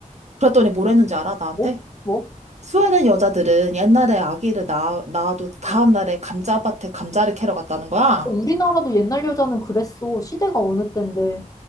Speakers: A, on the right (about 55°); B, on the left (about 25°).
A: 그랬더니 뭘 했는지 알아, 나한테?
B: 뭐? 뭐?
A: 스웨덴 여자들은 옛날에 아기를 낳아, 낳아도 다음날에
B: 어?
A: 감자밭에 감자를 캐러 갔다는 거야.
B: 우리나라도 옛날 여자는 그랬어. 시대가 어느 때인데.